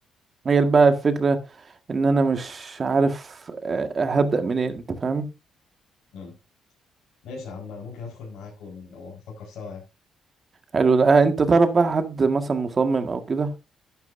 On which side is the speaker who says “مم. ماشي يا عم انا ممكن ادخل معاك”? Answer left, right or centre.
Left